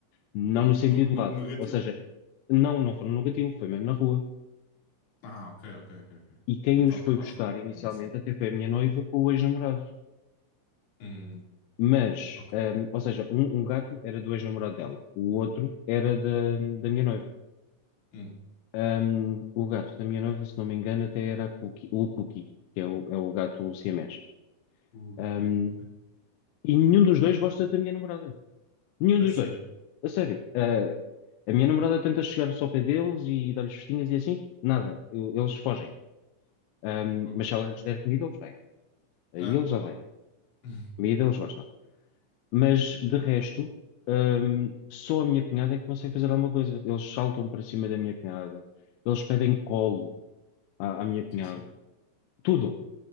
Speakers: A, on the left; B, on the left.
A: não no sentido
B: no, no,
A: lato.
B: no gatilho.
A: Ou seja, não, não foram no gatilho, foi mesmo na rua.
B: Ah, ok, ok, ok, ok.
A: E quem
B: Então,
A: os foi
B: é pá,
A: buscar
B: fogo,
A: inicialmente
B: mesmo assim.
A: até foi a minha noiva com o ex-namorado.
B: Hum,
A: Mas,
B: ok.
A: ahm, ou seja, um, um gato era do ex-namorado dela, o outro era da, da minha noiva.
B: Hum,
A: Ahm, o gato da minha noiva, se não me engano, até era a Cookie- o Cookie, que é o, é o gato siamês.
B: o
A: Ahm,
B: <laughs>
A: e nenhum dos
B: Ok.
A: dois gosta da minha namorada. Nenhum
B: A
A: dos
B: sério.
A: dois. A sério. Ah, a minha namorada tenta chegar só ao pé deles e dar-lhes festinhas e assim. Nada. Eu- eles fogem. Ahm,
B: Fogo.
A: mas se ela lhes der comida, eles vêm. Aí
B: Ah,
A: eles já
B: claro.
A: vêm.
B: <laughs>
A: Comida eles gostam. Mas de resto, ahm, só a minha cunhada é que consegue fazer alguma coisa. Eles saltam para cima da minha cunhada. Eles pedem colo à, à minha cunhada.
B: Sim, sim.
A: Tudo.